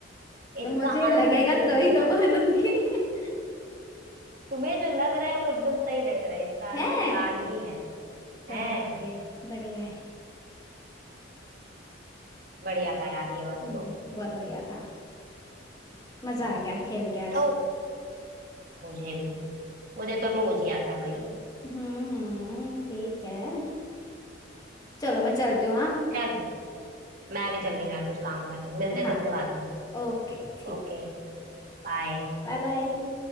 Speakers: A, on the left; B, on the right.
A: तो
B: इसका
A: मुझे
B: आंसर
A: लगेगा
B: ये
A: तो
B: होगा
A: ही तो बोलूंगी <laughs>
B: तुम्हें जो लग रहा है वो एकदम सही लग रहा है इसका
A: है
B: आंसर कान ही है
A: चलो
B: हैं
A: बढ़िया है बढ़िया है
B: बढ़िया था यार ये वाला
A: हम्म
B: तो
A: बहुत बढ़िया था मजा
B: हम्म,
A: आ गया खेल के आज
B: तो मुझे भी मुझे तो रोज ही आता है भाई
A: हम्म हम्म, ठीक है चलो मैं चलती हूँ हाँ
B: चल मैं भी चल रही हूँ यार कुछ काम करने मिलते
A: हाँ
B: हैं तुमसे बाद में
A: ओके ठीक
B: ओके बाय
A: Bye bye